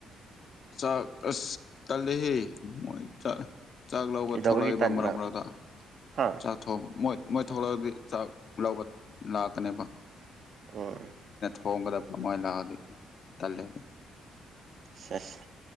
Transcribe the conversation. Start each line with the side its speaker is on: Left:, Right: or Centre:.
Left: ꯆꯥꯛꯁ ꯀꯦꯍꯦ ꯃꯣꯏ ꯆ ꯆꯥꯛ ꯂꯧꯕ
Right: ꯀꯩꯗꯧꯕꯒꯤ
Left: ꯊꯣꯛꯂꯛꯏꯕ
Right: ꯇꯟꯕ
Left: ꯃꯔꯛ ꯃꯔꯛꯇ
Right: ꯍꯥ
Left: ꯆꯠ ꯊ ꯃꯣꯏ ꯃꯣꯏ ꯊꯂꯛꯑꯗꯤ ꯆꯥꯛ ꯂꯧꯕ ꯂꯥꯛꯀꯅꯦꯕ
Right: ꯑꯣ
Left: ꯍꯒꯗ ꯄꯃꯣ ꯂꯗꯤ ꯇꯂꯦ ꯑꯗꯨ
Right: ꯁꯦꯁ